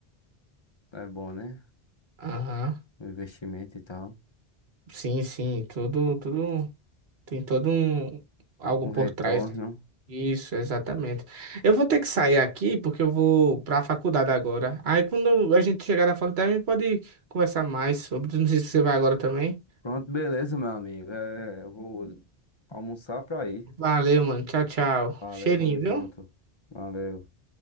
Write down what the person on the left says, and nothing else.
É bom, né?
O investimento e tal.
Um
retorno.
Pronto, beleza, meu amigo. É, eu vou almoçar pra ir.
Valeu,
tamo junto.
Valeu.